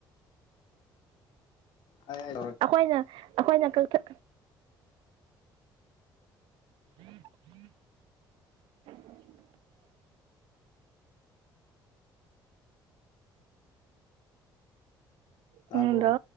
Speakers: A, on the left; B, on the right.
A: ꯍꯥꯏ ꯍꯥꯏ
B: ꯑꯈꯣꯏꯅ ꯑꯈꯣꯏꯅ ꯀꯛꯊ <unintelligible>
A: ꯇꯥꯕ꯭ꯔꯣ
B: ꯑꯥ ꯍꯜꯂꯣ